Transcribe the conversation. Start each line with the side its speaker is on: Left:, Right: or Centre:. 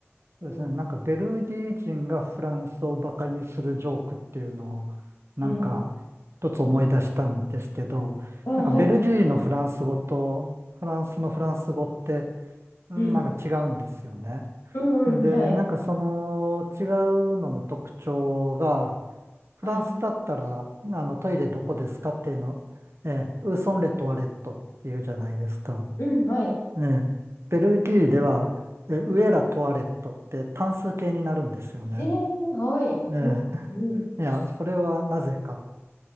Right: そうですね。
Left: うん。
Right: なんかベルギー人がフランスをバカにするジョークっていうのを、なんか一つ思い出したんですけど、
Left: うん。あ、はい。
Right: なんかベルギーのフランス語とフランスのフランス語って、うんなんか違うんですよね。
Left: うん。うんうん。
Right: で、
Left: はい。
Right: なんかその違うのの特徴が、フランスだったら、
Left: はい。
Right: あのトイレどこですかっていうの、ええ、ウーソンレトワレットっていうじゃないですか。
Left: うん。はい。
Right: ええ、ベルギーでは、え、ウエラ・トワレットって単数形になるんですよね。
Left: ええはい。
Right: え
Left: うん。うん。
Right: え、いや、それはなぜかっ